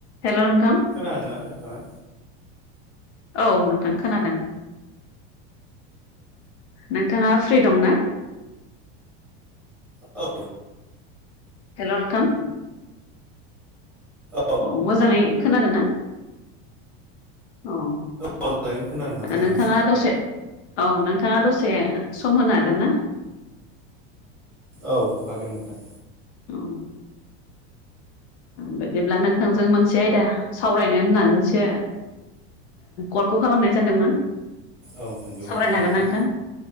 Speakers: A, on the left; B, in the centre.
A: हेल' नोंथां
B: खोनादोंना नोंथाङा?
A: औ नोंथां खोनादों। नोंथाङा फ्रि दंना?
B: औ
A: हेल' नोंथां
B: औ
A: औ मोजाङै खोनादों ना? औ
B: मोजाङै खोनानो हादों
A: नोंथाङा
B: आङो
A: दसे औ नोंथाङा दसे सम होनो हागोन ना?
B: औ हागोन नोंथां।
A: औ बिदिब्ला नोंथांजों मोनसे आयदा सावरायनो होननानैसो कलखौ खालामनाय जादोंमोन।
B: औ नंगौ
A: सावरायनो
B: थारैनो
A: हागोन ना नोंथां